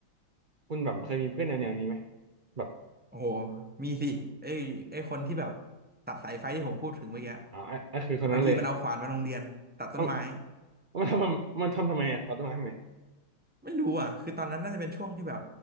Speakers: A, on the right; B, in the centre.
A: คุณแบบเคยมีเพื่อนแนวแนวนี้ไหมแบบ
B: โอ้โหมีสิไอ้ไอ้คนที่แบบตัดสายไฟที่ผมพูดถึงเมื่อกี้
A: อ๋อไอ้ไอ้คือคนนั้นเลย
B: บางทีมันเอาขวานมาโรงเรียนตัดต้นไม้
A: เอ้าเอามันทำมันทำทำไมอ่ะเราต้องมาทำไม
B: ไม่รู้อ่ะคือตอนนั้นน่าจะเป็นช่วงที่แบบ